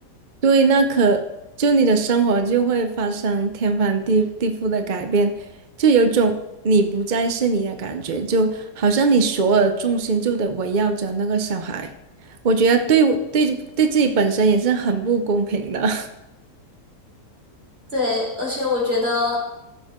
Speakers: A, on the right (about 70°); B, on the right (about 35°).
A: 对，那可就你的生活就会发生天翻地地覆的改变，就有种你不再是你的感觉，就好像你所有的重心就得围绕着那个小孩。我觉得对我对对自己本身也是很不公平的。
B: 对，而且我觉得，